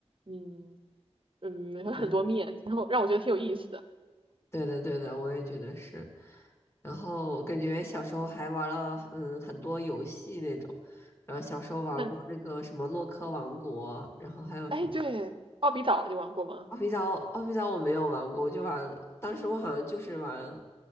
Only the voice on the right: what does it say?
嗯嗯有很多面，
然后让我觉得挺有意思的。
但
哎，对，奥比岛你玩过吗？